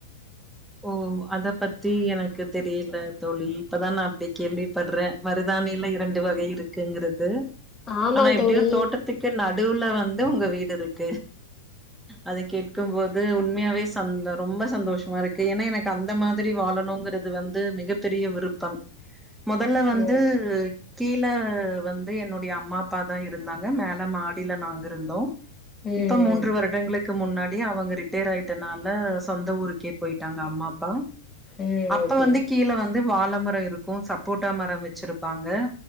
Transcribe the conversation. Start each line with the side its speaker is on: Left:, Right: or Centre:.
Centre: ஓ அத பத்தி எனக்கு தெரியல தோழி இப்பதா நா அப்டி கேள்விபடுறே மருதாணியில இரண்டு வகை இருக்குங்கிறது
Left: ஆமா
Centre: ஆனா எப்படியோ
Left: தோழி
Centre: தோட்டத்துக்கு நடுவுல வந் வந்து உங்க வீடுருக்கு அத கேட்கும்போது உண்மையாவே சந்த ரொம்ப சந்தோஷமா இருக் ஏனா எனக்கு அந்த மாதிரி வாழணுங்கிறது வந்து மிகப்பெரிய விருப்பம் மொதல்ல வந்து
Left: ஓ
Centre: கீழ வந்து என்னுடைய அம்மா அப்பாதா இருந்தாங்க மேல மாடியில நாங்க இருந்தோ
Left: ம்
Centre: இப்ப மூன்று வருடங்களுக்கு முன்னாட் டி அவங்க ரிட்டையர் ஆயிட்டனால சொந்த ஊருக்கே போயிட்டாங்க அம்மா அப்பா
Left: ம் ம்
Centre: அப்ப
Left: ஓகே
Centre: வந்து கீழ வந் து வாழ மரோ இருக்கு சப்போட்டா மரம் வச்சிருப்பாங்க